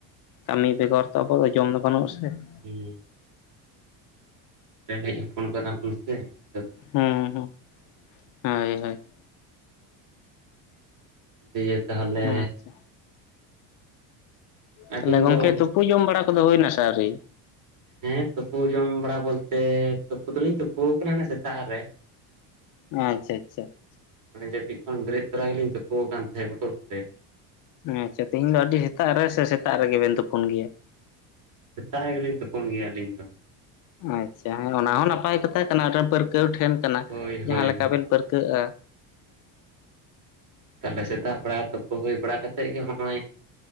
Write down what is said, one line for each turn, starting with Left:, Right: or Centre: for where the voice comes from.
Left: ᱠᱟᱹᱢᱤ ᱵᱮᱜᱚᱨ ᱛᱚ ᱟᱵᱚᱣᱟᱜ ᱫᱚ ᱡᱚᱢ ᱫᱚ ᱵᱟᱹᱱᱩᱜᱼᱟ ᱥᱮ ᱾
Right: ᱦᱢ ᱾ ᱨᱮᱸᱜᱮᱡ ᱦᱚᱯᱚᱱ ᱠᱟᱱᱟ ᱵᱚᱱ ᱥᱮ ᱾
Left: ᱦᱢ ᱦᱢ ᱦᱳᱭ ᱦᱳᱭ ᱾
Right: ᱫᱤᱭᱮ ᱛᱟᱦᱚᱞᱮ
Left: ᱟᱪᱪᱷᱟ
Right: ᱟᱹᱵᱤᱱ
Left: ᱛᱟᱦᱚᱞᱮ ᱜᱚᱝᱠᱮ
Right: ᱫᱚ
Left: ᱛᱩᱯᱩ ᱡᱚᱢ ᱵᱟᱲᱟ ᱠᱚᱫᱚ ᱦᱩᱭ ᱱᱟ ᱟᱣᱨᱤ?
Right: ᱦᱮᱸ ᱛᱩᱯᱩ ᱡᱚᱢ ᱵᱟᱲᱟ ᱵᱚᱞᱛᱮ ᱛᱩᱯᱩ ᱫᱚᱞᱤᱧ ᱛᱩᱯᱩᱣ ᱟᱠᱟᱱᱟ ᱢᱟᱱᱮ ᱥᱮᱛᱟᱜ ᱨᱮ ᱾ <inaudible>
Left: ᱟᱪᱪᱷᱟ ᱟᱪᱪᱷᱟ ᱾
Right: ᱢᱟᱱᱮ ᱡᱟᱹᱯᱤᱫ ᱠᱷᱚᱱ ᱵᱮᱨᱮᱫ ᱛᱚᱨᱟ ᱜᱮᱞᱤᱧ ᱛᱩᱯᱩᱣ ᱟᱠᱟᱱ ᱛᱟᱦᱮᱸᱜ ᱵᱚᱛᱚᱨᱱᱛᱮ ᱾
Left: ᱟᱪᱪᱷᱟ ᱛᱮᱦᱮᱧ ᱫᱚ ᱟᱹᱰᱤ ᱥᱮᱛᱟᱜ ᱨᱮ ᱥᱮ ᱥᱮᱛᱟᱜ ᱨᱮᱜᱮ ᱵᱮᱱ ᱛᱩᱯᱩᱱ ᱜᱮᱭᱟ?
Right: ᱥᱮᱛᱟᱜ ᱨᱮᱜᱮ ᱞᱤᱧ ᱛᱩᱯᱚᱱ ᱜᱮᱭᱟ ᱟᱹᱞᱤᱧ ᱫᱚ ᱾
Left: ᱟᱪᱪᱷᱟ ᱦᱮᱸ ᱚᱱᱟ ᱦᱚᱸ ᱱᱟᱯᱟᱭ ᱠᱟᱛᱷᱟ ᱠᱟᱱᱟ ᱢᱤᱫᱴᱮᱱ ᱯᱟᱹᱨᱠᱟᱹᱣ ᱴᱷᱮᱱ ᱠᱟᱱᱟ
Right: ᱦᱳᱭ ᱦᱳᱭ
Left: ᱡᱟᱦᱟᱸ ᱞᱮᱠᱟ ᱵᱮᱱ ᱯᱟᱹᱨᱠᱟᱹᱜᱼᱟ ᱾
Right: ᱛᱟᱦᱞᱮ ᱥᱮᱛᱟᱜ ᱵᱮᱲᱟ ᱠᱚ ᱦᱩᱭ ᱵᱟᱲᱟ ᱠᱟᱛᱮᱫ ᱜᱮ ᱱᱚᱜᱼᱚᱭ